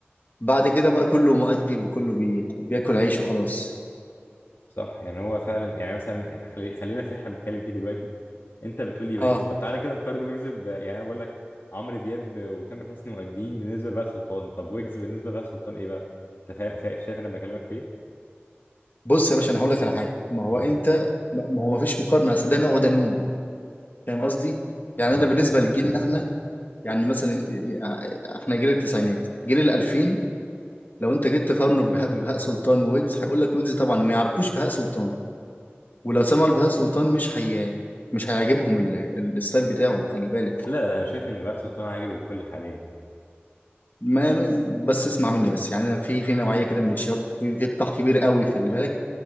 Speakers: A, on the left; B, on the left.
A: بعد كده بقى كله مؤدي وكله بي... بياكل عيش وخلاص
B: صح يعني هو فعلا يعني مثلا خلي- خلينا في اللي احنا بنتكلم فيه دلوقتي انت بتقول لي ويجز
A: اه
B: طب تعالى كده نقارن ويجز ب... يعني انا بقول لك عمرو دياب وتامر حسني مؤدين بالنسبه لبهاء سلطان طب ويجز بالنسبه لبهاء سلطان ايه بقى انت فا... فا... شايف انا بكلمك في ايه
A: بص يا باشا انا هقول لك على حاجه ما هو
B: مهم.
A: انت ما ما هو ما فيش مقارنه اصل ده نوع وده نوع فاهم قصدي يعني
B: مم.
A: انا بالنسبه لجيلنا احنا يعني مثلا احنا جيل التسعينات جيل ال 2000 لو انت جيت تقارنه ببهاء ببهاء سلطان وويجز هيقول لك ويجز طبعا ما يعرفوش بهاء سلطان ولو سمعوا البهاء سلطان مش هي مش هيعجبهم ال... ال- الستايل بتاعه خلي بالك
B: لا لا انا شايف ان بهاء سلطان عاجب الكل حاليا يعني
A: ما بس اسمع مني بس يعني انا في في نوعيه كده من الشباب في في قطاع كبير قوي خلي بالك